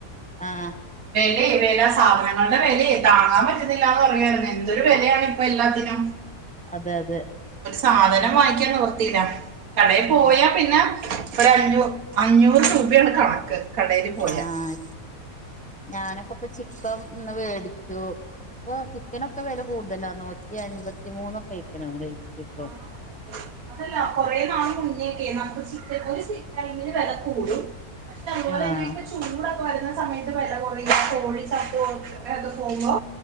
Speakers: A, in the centre; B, on the right (about 65°).
A: ആഹ്
B: വെലെ വെല സാധനങ്ങളുടെ വെലെ താങ്ങാൻ പറ്റുന്നില്ലാന്ന് പറയായിരുന്നു. എന്തൊരു വെലയാണ് ഇപ്പൊ എല്ലാത്തിനും.
A: അതെ അതെ.
B: ഒരു സാധനം
A: ഞാന്
B: വാങ്ങിക്കാൻ നിവർത്തിയില്ല കടയി
A: ഉം
B: പോയാ പിന്നെ. ഒരഞ്ഞു അഞ്ഞൂറ് രൂപയാണ് കണക്ക് കടയില് പോയാ.
A: ആഹ് ഞാനൊക്കെ ഇപ്പ ചിക്കൻ ഇന്ന് വേടിച്ചു. ഇപ്പൊ ചിക്കനൊക്കെ വെല കൂടുതലാ. നൂ റ്റി അൻപത്തിമൂന്നൊക്കെ അയ്ക്ണ് റേയ്റ്റ് ഇപ്പം.
B: ആ അതെ അതല്ല കൊറേ നാൾ മുന്നേ ഒക്കെ നമുക്ക് ചിക്കൻ ഒരു ടൈമില് വെല കൂടും പക്ഷെ അതുപോലെന്നേ
A: ആഹ്
B: ഇപ്പൊ ചൂടൊക്കെ വരുന്ന സമയത്ത് വെല കുറയും കോഴി ചത്തു <unintelligible> പോകുമ്പോ.